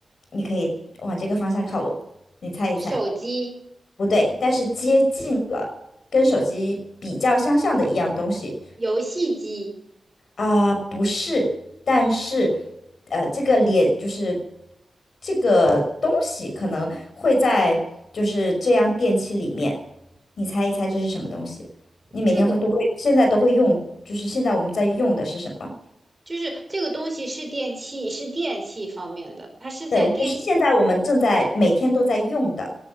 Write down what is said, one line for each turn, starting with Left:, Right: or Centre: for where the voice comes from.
Left: 你可以往这个方向靠拢，你猜一猜。
Right: 手机、
Left: 不对，但是接近了，跟手机比较相像的一样东西
Right: 游戏机。
Left: 啊、不是，但是，呃，这个脸就是这个东西可能会在就是这样电器里面，你猜一猜这是什么东西？你每天会都会现在都会用，
Right: 这个
Left: 就是现在我们在用的是什么？
Right: 就是这个东西是电器，是电器方面的，它是在电器、
Left: 对，就是现在我们正在每天都在用的，